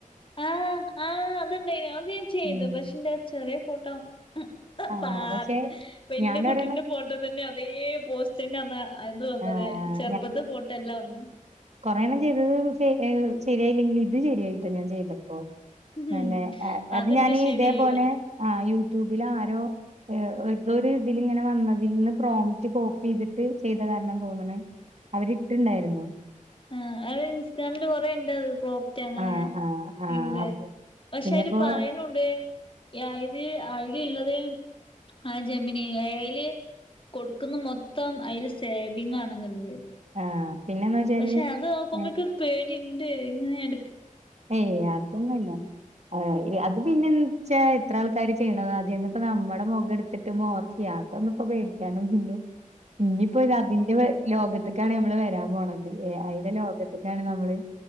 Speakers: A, on the left (about 40°); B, on the right (about 55°).
A: ആ ആ അത്ണ്ടായിനു അത് ഞാൻ ചെയ്ത്
B: ഉം
A: പക്ഷേ ൻ്റെ ചെറിയ ഫോട്ടം ഹ്‌ഹ്
B: ആഹ്
A: പ ആ
B: പക്ഷെ
A: ആത്‌പ്പെ വെല്ല്യ
B: ഞാനൊരെണ്ണം
A: കുട്ടിന്റെ ഫോട്ടോ ത ന്നെ അതേ പോസ്റ്റെന്നതാ അത് വന്നത്
B: ആഹ്
A: ചെർപ്പത്തെ ഫോട്ടോല്ല വന്നേ
B: കൊറെ എണ്ണം ചെയ്തത് ശെ അ് ശെരിയയില്ലെങ്കിലും ഇത് ശെരിയായിട്ടാ ഞാൻ ചെയ്ത പ്പൊ നന്നെ
A: ഉം
B: അ അത്
A: അതെന്റെ
B: ഞാന്
A: ശരിയായില്ല
B: ഇതേപോലെ ആ യൂ ട്യൂബിലാരോ അ് എതോ രിതിലിങ്ങനെ വന്നതിന്ന് പ്രോംറ്റ് കോപ്പ്യയ്തിട്ട് ചെയ് <unintelligible> നല്ലം തോന്ന്ണ് അവരിട്ട്ണ്ടായിരുന്നു
A: ആ അഅ് ഇൻസ് ഗ്രാമില് കൊറേ ഇണ്ട് അത് പ്രോംപ്റ്റ് അങ്ങനെ
B: ആഹ്
A: ങ്ങനെ
B: ആഹ് ആഹ്
A: ഇണ്ട് പക്ഷെ
B: പിന്നെപ്പോ
A: അയ്ല് പറിണുണ്ട് യാ ഇത് ആയില്ള്ളത് ആ ജെമീന അയ്ല് കൊട്ക്ക്ന്ന മൊത്തം അയ്‌ല് സേവിങ് ആണെന്നുള്ളത്
B: ആഹ് പിന്നെന്ന് വെച്ചാല്
A: പക്ഷെ അത് നോക്കുമ്പൊ
B: ഏ-
A: ഇക്കൊരു പേടിണ്ട് ഇങ്ങനെ ഇ
B: ഏയ് അതൊന്നൊല്ല അഅ് അത് പിന്നെ പ എത്ര ആൾക്കാര് ചെയ്യണത അതിന്നിപ്പോ നമ്മടെ മൊഖ ട്ത്തിട്ട് മോർഫ്യ അതൊന്നുപ്പ പേടിക്കാനുല്ല ഇഞ്പ്പോരതിന്റെ ലോകത്ത്ക്കാണ് നമ്മള് വരാൻ പോണത് ഏ അയ്ൻ്റെ ലോക ത്ത് ക്കാണ് നമ്മള്